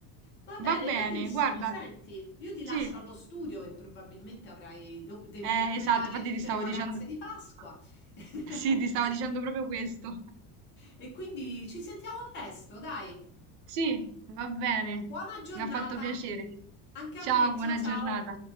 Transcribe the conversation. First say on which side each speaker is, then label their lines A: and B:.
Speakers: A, on the left; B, on the right.
A: Va
B: Va
A: bene,
B: bene,
A: carissima,
B: guarda,
A: senti, io ti
B: sì,
A: lascio allo studio che probabilmente avrai, do- devi
B: eh,
A: recuperare
B: esatto, infatti
A: tutte
B: ti stavo
A: le vacanze
B: dicendo,
A: di Pasqua
B: <laughs>
A: <laughs>
B: sì, ti stavo dicendo proprio questo.
A: e quindi ci sentiamo presto, dai.
B: Sì, va bene,
A: Buona giornata
B: mi ha fatto piacere.
A: anche
B: Ciao,
A: a me.
B: buona
A: Ciao ciao.
B: giornata.